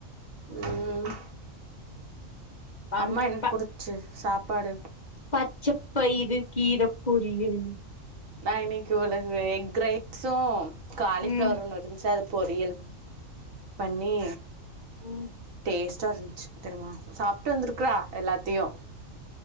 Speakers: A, on the right (about 80°); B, on the left (about 35°).
A: ம்
B: உக்காண்ட்ருப்பே
A: அம்மா என் குடுச்சு சாப்பாடு
B: பச்ச பயிறு கீர பொரியல்
A: நா இன்னக்கி உள்ளது எக் ரைஸ்ஸு காலிஃபிளவர்
B: ம்
A: ஒண்ணு இருன்ச்சு அத பொரியல் பண்ணி
B: ம்
A: டேஸ்ட்டாருந்துச்சு தெரிமா சாப்ட்டு வந்துருக்றா எல்லாத்தையு